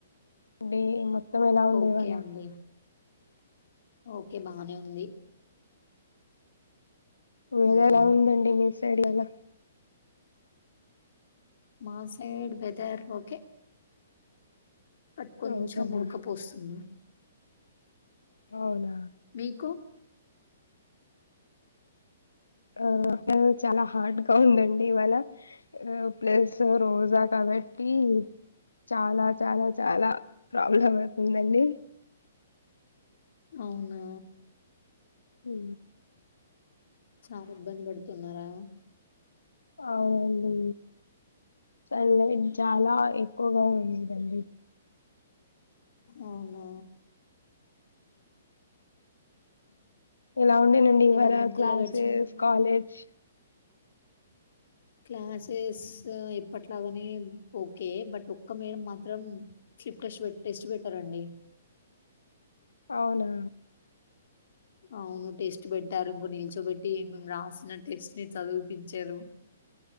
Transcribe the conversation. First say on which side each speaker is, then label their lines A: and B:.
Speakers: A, on the left; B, on the left.
A: డే మొత్తమేలా
B: ఓకే
A: ఇవ్వాల
B: అండి ఓకే బానే ఉంది
A: వెద
B: ఉమ్
A: ఎలా వుందండి మీ సైడ్గాలా
B: మా సైడ్ వెదర్ ఓకే బట్ కొంచెం
A: ఓకేనా
B: ఉడకపోస్తుంది
A: అవునా
B: మీకు
A: ఆ చాలా హార్డ్గా ఉందండి ఇవాళ ఆ ప్లస్ రోజా కాబట్టి చాలా చాలా చాలా ప్రాబ్లం అవుతుందండి
B: అవునా
A: ఉ
B: చాలా ఇబ్బంది పడుతున్నారా
A: అవునండి సండే చాలా ఎక్కువగా ఉంది హెల్ది
B: అవున
A: ఎలా ఉండేనండి ఇవ్వల
B: ఇవాళంతా
A: క్లాసెస్
B: ఎలా గడిచింది మరి
A: కాలేజ్
B: క్లాసెస్ ఎప్పట్లాగానే ఓకే బట్ ఒక్క మేడమ్ మాత్రం స్విప్ టెట్ టెస్ట్ పెట్టారండి
A: అవునా
B: అవును టెస్ట్ పెట్టారు ఇంకో నిల్చోబెట్ టీం రాసిన టెస్ట్ ని చదిపించారు